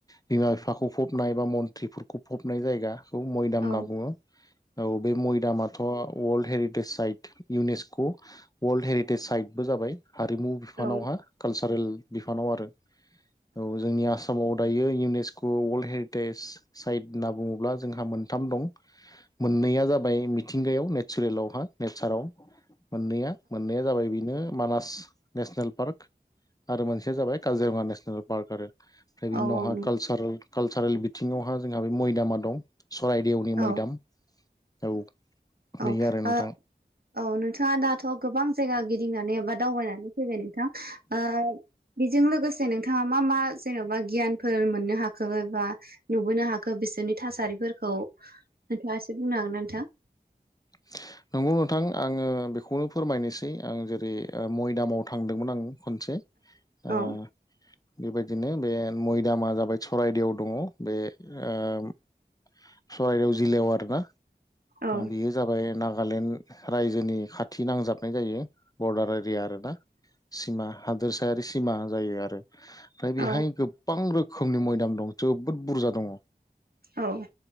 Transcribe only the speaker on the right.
औ
औ
औ
नंगौ
औ
औ
ओ
औ नोंथाङा दाथ' गोबां जायगा गिदिंनानै एबा दावबायनानै फैबाय नोंथां ओ बिजों लोगोसे नोंथाङा मा मा जेनबा गियानफोर मोननो हाखो एबा नुबोनो हाखो बिसोरनि थासारि फोरखौ नोंथाङा एसो बुंनो हागोन ना नोंथां?
औ
औ
औ
औ।